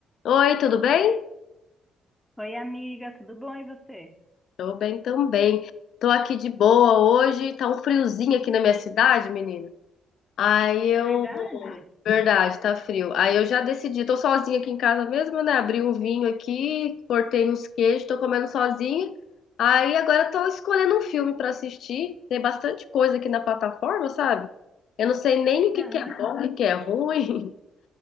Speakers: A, on the left; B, in the centre.
A: Oi, tudo bem?
B: Oi, amiga, tudo bom e você?
A: Tô bem também. Tô aqui de boa hoje. Tá um friozinho aqui na minha cidade, menina. Aí eu.
B: Verdade?
A: Verdade, tá frio. Aí eu já decidi. Tô sozinha aqui em casa mesmo, né? Abri um vinho aqui, cortei uns queijos, tô comendo sozinha. Aí agora tô escolhendo um filme pra assistir. Tem bastante coisa aqui na plataforma, sabe? Eu não sei nem o que
B: Aham.
A: que é bom, o que que é ruim.